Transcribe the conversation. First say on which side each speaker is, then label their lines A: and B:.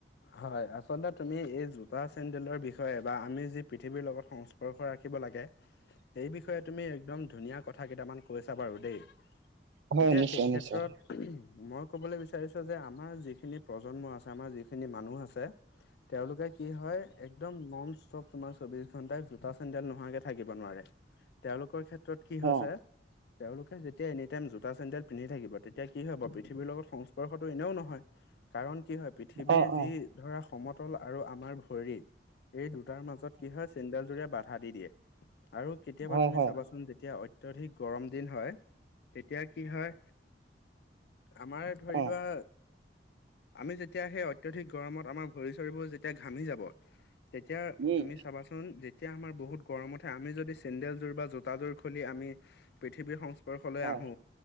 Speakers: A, on the left (about 60°); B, on the right (about 80°).
A: হয়, আচলতে তুমি এই জোতা চেণ্ডেলৰ বিষয়ে বা আমি যি পৃথিৱীৰ লগত সংস্পৰ্শ ৰাখিব লাগে,
B: <inaudible>
A: সেই বিষয়ে তুমি একদম ধুনীয়া কথা কেইটামান কৈছা বাৰু দেই।
B: হয়
A: এতিয়া
B: নিশ্চয়
A: সেই ক্ষেত্ৰত
B: নিশ্চয়
A: মই ক'বলৈ বিচাৰিছো যে আমাৰ যিখিনি প্ৰজন্ম আছে, আমাৰ যি খিনি মানুহ আছে, তেওঁলোকে কি হয় একদম নন ষ্টপ তোমাৰ চৌবিশ ঘন্টাই জোতা চেণ্ন্দেল নোহোৱাকে থাকিব নোৱাৰে। তেওঁলোকৰ ক্ষেত্ৰত কি হৈছে
B: অ
A: তেওঁলোকে যেতিয়া এনি টাইম জোতা চেণ্ডেল পিন্ধি থাকিব তেতিয়া কি হব? পৃথিৱীৰ লগত সংস্পৰ্শতটো এনেও নহয়। কাৰণ কি হয় পৃথিৱীৰ
B: অ
A: যি
B: অ
A: ধৰা সমতল আৰু আমাৰ ভৰি, এই দুটাৰ মাজত কি হয় চেণ্ডেল জোৰ এ বাধা দি দিয়ে। আৰু কেতিয়াবা
B: হয়
A: তুমি
B: হয়
A: চাবাচোন যেতিয়া অত্যাদিক গৰম দিন হয়, তেতিয়া কি হয়, আমাৰ ধৰি
B: অ
A: লোৱা আমি যে তেতিয়া সেই অত্যধিক গৰমত আমাৰ ভৰি চৰিবোৰ যেতিয়া ঘামি যাব। তেতিয়া
B: উম
A: তুমি চাবা চোন যেতিয়া আমাৰ বহুত গৰম উঠে, আমি যদি চেন্দেলযোৰ বা জোতাযোৰ খুলি আমি পৃথিৱীৰ সংশ ৰলে
B: হয়
A: আহো,